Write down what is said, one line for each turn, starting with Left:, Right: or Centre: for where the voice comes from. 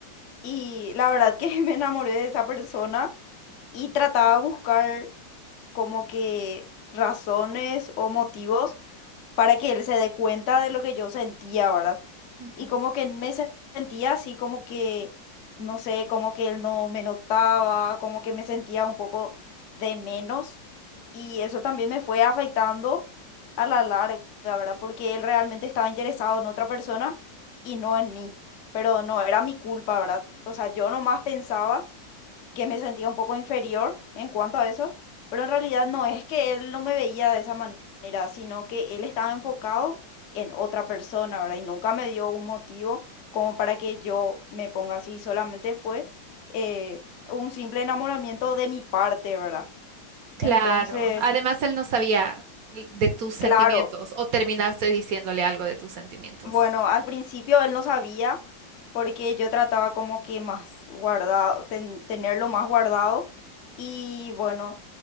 Left: Y la verdad que <laughs> me enamoré de esa persona y trataba de buscar como que razones o motivos para que él se dé cuenta de lo que yo sentía, ¿verdad?
Right: Ujú.
Left: Y como que me se- sentía así, como que, no sé, como que él no me notaba, como que me sentía un poco de menos. Y eso también me fue afectando a la larga, ¿verdad? Porque él realmente estaba interesado en otra persona y no en mí. Pero no era mi culpa, ¿verdad? O sea, yo nomás pensaba que me sentía un poco inferior en cuanto a eso, pero en realidad no es que él no me veía de esa manera, sino que él estaba enfocado en otra persona, ¿verdad? Y nunca me dio un motivo como para que yo me ponga así, solamente fue eh, un simple enamoramiento de mi parte, ¿verdad?
Right: Claro,
Left: Entonces,
Right: además él no sabía l- de tus sentimientos
Left: claro,
Right: o terminaste diciéndole algo de tus sentimientos.
Left: Bueno, al principio él no sabía porque yo trataba como que más guardado, ten- tenerlo más guardado. Y bueno,